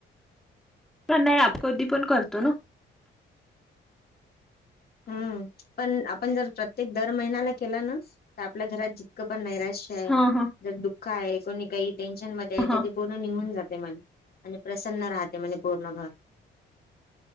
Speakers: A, in the centre; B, on the left.
A: पण नाही आप कधी पण करतो ना
B: हम्म पण आपण जर प्रत्येक दर महिन्याला केला ना तर आपल्या घरात जितकं पण नाही राहि
A: हा हा
B: जर दुःख आहे कोणी काही टेन्शन मध्ये
A: हा
B: तर ते पूर्ण निघून जाते मन प्रसन्न राहते म्हणजे पूर्ण घर